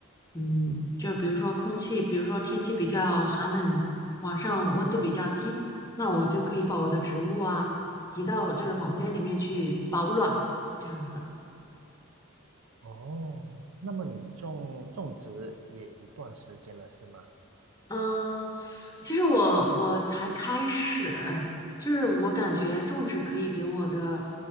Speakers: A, on the left; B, on the right.
A: 嗯，就比如说空气，比如说天气比较寒冷，晚上温度比较低，那我就可以把我的植物啊移到这个房间里面去保暖，这样子。
B: 哦，那么你种种植也一段时间了，是吗？
A: 嗯，其实我我才开始，就是我感觉种植可以给我的，